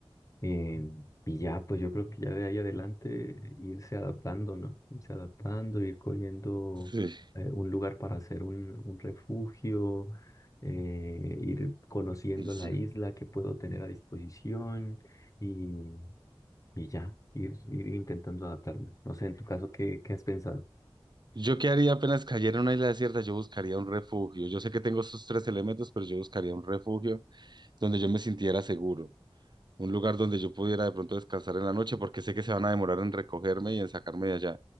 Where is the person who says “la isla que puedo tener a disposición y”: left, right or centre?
Left